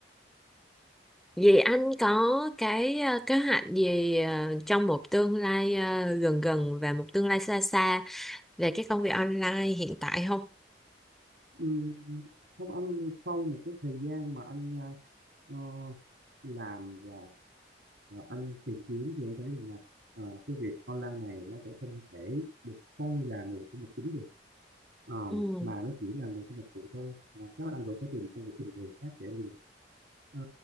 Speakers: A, in the centre; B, on the right.
A: Vậy anh có cái ờ, kế hoạch gì ờ, trong một tương lai ờ, gần gần và một tương lai xa xa về cái công việc online hiện tại không?
B: Ừm, không anh sau một cái thời gian mà anh à, ờ, làm và ờ, anh tìm kiếm thì anh thấy rằng là ờ, cái việc online này nó sẽ không thể được coi là nguồn thu nhập chính được Ờ,
A: Ừ.
B: mà nó chỉ là nguồn thu nhập phụ thôi Ờ, chắc là anh vẫn phải tìm công việc bình thường khác để anh đi làm Ờ,